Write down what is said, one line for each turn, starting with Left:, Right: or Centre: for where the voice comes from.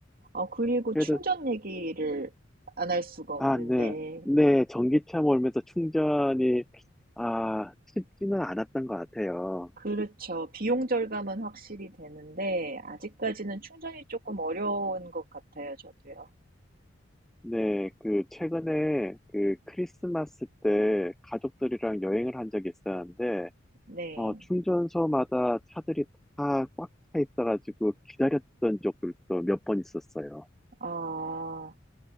Right: 어, 그리고
Centre: 그래도,
Right: 충전 얘기를 안 할 수가 없는데,
Centre: 아, 네, 네, 전기차 몰면서 충전이, 아, 쉽지는 않았던 것 같아요.
Right: 그렇죠. 비용 절감은 확실히 되는데, 아직까지는 충전이 조금 어려운 것 같아요, 저도요.
Centre: 네, 그, 최근에 그 크리스마스 때 가족들이랑 여행을 한 적이 있었는데,
Right: 네.
Centre: 어, 충전소마다 차들이 다 꽉 차 있어가지고 기다렸던 적들도 몇 번 있었어요.
Right: 아,